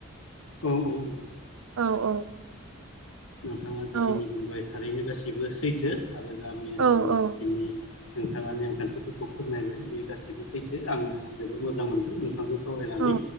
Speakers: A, on the left (about 75°); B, on the right (about 85°).
A: औ औ औ।
B: औ औ
A: आ जिखिनि
B: औ
A: बुंबाय थारैनो गासिबो सैथो आरो गामि ओनसोलनि
B: औ औ
A: जिखिनि नोंथाङा नेमखान्थिफोरखौ फोरमायबाय बे गाससिबो सैथो आङो जोबोर मोजां मोनदों नोंथांजों सावरायनानै
B: औ